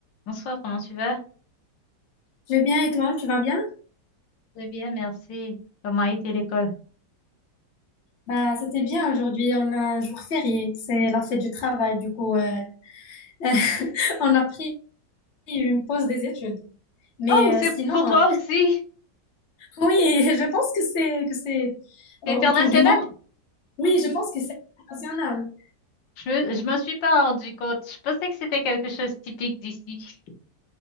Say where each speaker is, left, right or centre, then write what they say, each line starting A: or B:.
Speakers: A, on the left (about 85°); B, on the left (about 45°).
A: Bonsoir, comment tu vas?
B: Je vais bien et toi, tu vas bien?
A: Très bien, merci. Comment a été l'école?
B: Bah, c'était bien aujourd'hui, on a un jour férié, c'est la fête du travail, du coup, euh, <laughs> on a pris une pause des études. Mais
A: Oh, c'est
B: euh, sinon,
A: pour toi
B: euh,
A: aussi.
B: oui, <laughs> je pense que c'est que c'est
A: C'est
B: euh, autour
A: international.
B: du monde. Oui, je pense que c'est international.
A: Je me, je me suis pas rendu compte. Je pensais que c'était quelque chose de typique d'ici.